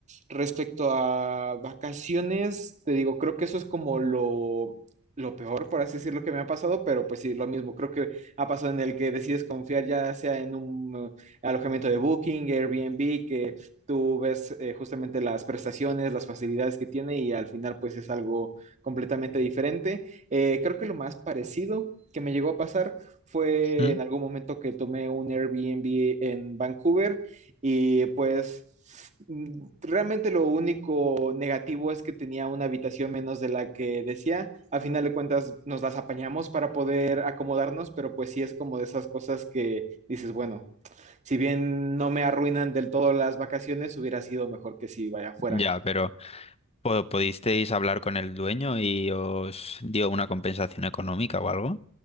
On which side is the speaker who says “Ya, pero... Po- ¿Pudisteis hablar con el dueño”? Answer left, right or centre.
Left